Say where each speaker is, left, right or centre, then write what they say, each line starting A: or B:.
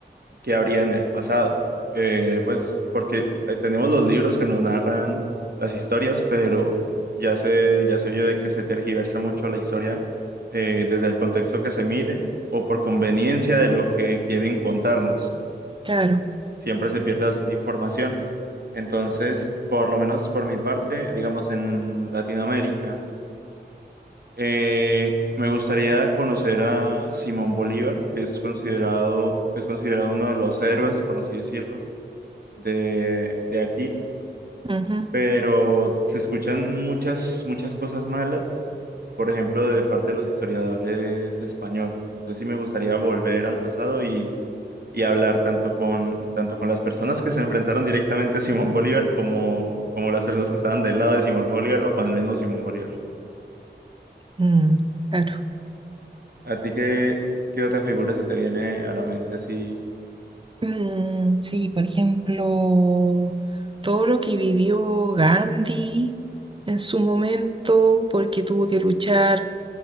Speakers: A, on the right; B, on the right.
A: qué habría en el pasado. Eh, pues porque eh, tenemos los libros que nos narran las historias, pero ya se, ya se vio de que se tergiversa mucho la historia eh, desde el contexto que se mire o por conveniencia de lo que quieren contarnos.
B: Claro.
A: siempre se pierde bastante información. Entonces, por lo menos por mi parte, digamos en Latinoamérica, eh, me gustaría conocer a Simón Bolívar, que es considerado, que es considerado uno de los héroes, por así decirlo, de, de aquí,
B: Ujú.
A: pero se escuchan muchas, muchas cosas malas, por ejemplo, de parte de los historiadores españoles. Entonces sí me gustaría volver al pasado y y hablar tanto con, tanto con las personas que se enfrentaron directamente a Simón Bolívar como, como las personas que estaban del lado de Simón Bolívar o con el mismo Simón Bolívar.
B: Mm, claro.
A: ¿A ti qué, qué otra figura se te viene a la mente así,
B: Mm, sí, por ejemplo, todo lo que vivió Gandhi en su momento, porque tuvo que luchar.